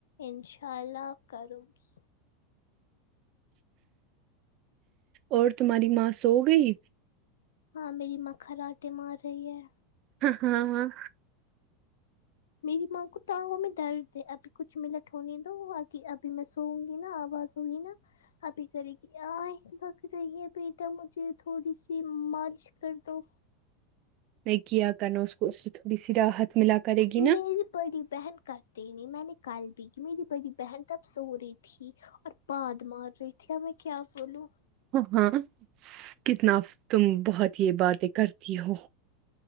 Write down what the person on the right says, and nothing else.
اور تمہاری ماں سو گئی
ہاں ہاں
نہیں کیا کرنا اس کو اس سے تھوڑی سی راحت ملا کرے گی
نا
ہ ہاں س کتنا س تم بہت یہ باتیں کرتی ہو